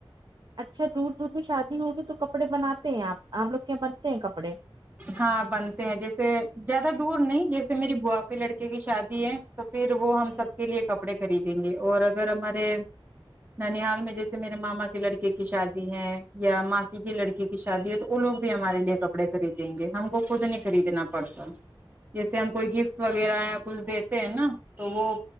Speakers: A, on the right; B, on the right.
A: اچھا دور دور میں شادی ہوگی تو کپڑے بناتے ہیں آپ آپ لوگ کے بنتے ہیں کپڑے
B: ہاں بنتے ہیں جیسے جیادہ دور نہیں جیسے میری بوا کے لڑکے کی شادی ہے تو پھر وہ
A: ہوں
B: ہم سب کے لیے کپڑے خریدیں گے اور اگر ہمارے ننحال میں جیسے میرے ماما کے لڑکے کی شادی ہے یا ماسی کی
A: ہوں
B: لڑکی کی شادی ہے تو وہ لوگ بھی ہمارے لیے کپڑے خریدیں گے ہم کو خود نہیں خریدنا پڑتا جیسے ہم
A: ہوں
B: کوئی گفٹ وغیرہ کچھ دیتے ہیں نا تو وہ